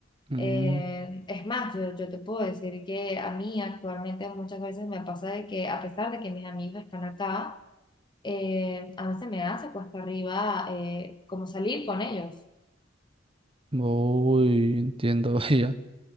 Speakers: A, on the right; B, on the left.
A: Mm,
B: Eh, es más, yo, yo te puedo decir que a mí actualmente muchas veces me pasa de que a pesar de que mis amigos están acá, eh, a mí se me hace cuesta arriba eh, como salir con ellos,
A: uy, entiendo <laughs> ya.